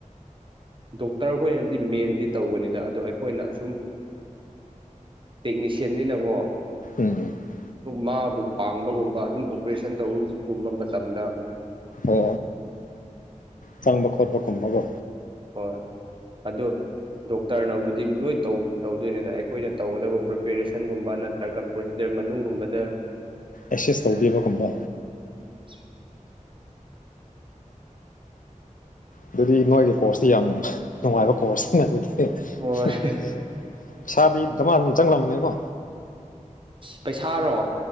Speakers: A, on the right; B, on the left.
A: ꯗꯣꯛꯇꯔ ꯑꯩꯈꯣꯏꯅꯗꯤ ꯃꯦꯟꯗꯤ ꯇꯧꯕꯅꯤꯗ ꯑꯗꯣ ꯑꯩꯈꯣꯏꯅ ꯑ ꯁꯨꯝ ꯇꯦꯛꯅꯤꯁꯤꯌꯥꯟꯁꯤꯅꯀꯣ
B: ꯎꯝ ꯎꯝ
A: ꯃꯥꯕꯨ ꯄꯥꯡꯕꯒꯨꯝꯕ ꯑꯗꯨꯝ ꯑꯣꯄꯔꯦꯁꯟ ꯇꯧꯕꯒꯨꯝꯕ ꯇꯝꯗ
B: ꯑꯣ ꯆꯪꯕ ꯈꯣꯠꯄ ꯀꯨꯝꯕꯒꯣ
A: ꯍꯣꯏꯣꯏ ꯑꯗꯨꯣ ꯗꯣꯛꯇꯔꯅꯕꯨꯗꯤ ꯂꯣꯏ ꯇꯧꯗꯣꯏꯅꯤꯅ ꯑꯩꯈꯣꯏꯅ ꯇꯧꯒꯗꯕ ꯄ꯭ꯔꯤꯄꯦꯔꯦꯁꯟꯒꯨꯝꯕ ꯅꯠꯇ꯭ꯔꯒ ꯄ꯭ꯔꯣꯁꯤꯗ ꯃꯅꯨꯡꯒꯨꯝꯕꯗ
B: ꯑꯦꯁꯦꯁ ꯇꯧꯕꯤꯕꯒꯨꯝꯕꯣ
A: <unintelligible>
B: ꯑꯗꯨꯗꯤ ꯅꯣꯏꯒꯤ ꯀꯣꯔꯁꯇꯤ ꯌꯥꯝ ꯅꯨꯡꯉꯥꯏꯕ ꯀꯣꯔꯁꯅꯤꯅ ꯑꯗꯨꯗꯤ ꯄꯩꯁꯥꯗꯤ
A: ꯍꯣꯏ
B: ꯃꯥ ꯑꯗꯨꯝ ꯆꯪꯂꯝꯕꯅꯦꯀꯣ
A: ꯄꯩꯁꯥꯔꯣ